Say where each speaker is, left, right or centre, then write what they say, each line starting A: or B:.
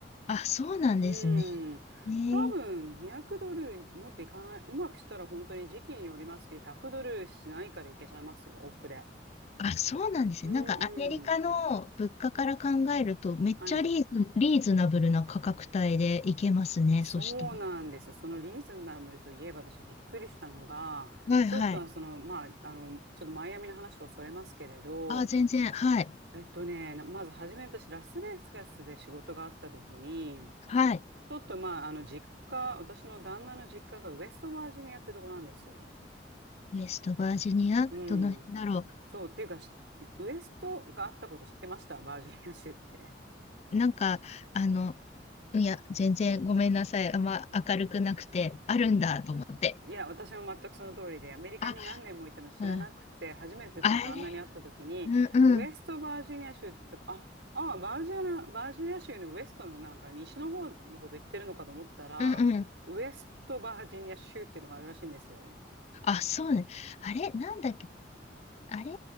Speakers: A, on the left (about 35°); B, on the right (about 85°).
A: あ、そうなんですね。
B: うん。
A: ねえ。
B: 多分200ドルもっといかない。うまくしたら本当に時期によりますけど、100ドルしないかでいけちゃいますよ、往復で。
A: あ、そうなんですね。
B: うんうん。
A: なんかアメリカの物価から考えると、めっちゃリーズ、
B: はい。
A: リーズナブルな価格帯で行けますね。
B: そうなんですよ。
A: そしたら。
B: そのリーズナブルといえば私びっくりしたのが、
A: はいはい。
B: ちょっとその、まあ、あの、ちょっとマイアミの話をそれますけれど、
A: あ、全然。はい。
B: えっとね、なまず初め私ラスベガスで仕事があった時に、
A: はい。
B: ちょっとまあ、あの、実家、私の旦那の実家がウェストバージニアってとこなんですよ。
A: ウェストバージニア、
B: うん。
A: どの辺だろう。
B: そう、っていうか、しウエストがあったこと知ってました、バージニア州って。
A: なんか、あの、いや、全然ごめんなさい。あんま明るくなくて、あるんだと思って。
B: いや、私も全くその通りで、アメリカに何年もいても知らなくて、
A: あ、うん。
B: 初めてその旦那に会った時に、
A: あれうんうん。
B: ウエストバージニア州ってとか、あ、ああ、バージニア、バージニア州のウエストのなんか西の方のこと言ってるのかと思ったら、
A: うんうん。
B: ウエストバージニア州っていうのがあるらしいんですよ。
A: あ、そうね。あれなんだっけあれ